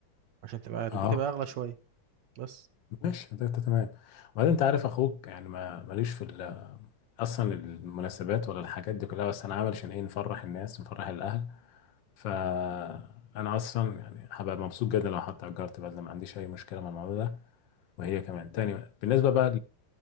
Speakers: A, on the right (about 65°); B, on the left (about 65°).
A: عشان تبقى عارف
B: اه
A: بتبقى اغلى شويه بس
B: ماشي ده ده تمام وبعدين انت عارف اخوك يعني ما ماليش في ال- اصلا المناسبات ولا الحاجات دي كلها بس انا عامل عشان ايه نفرح الناس نفرح الاهل ف انا اصلا يعني هبقى مبسوط جدا لو حتى اجرت بدله ما عنديش اي مشكله مع الموضوع ده وهي كمان تاني بالنسبة بقى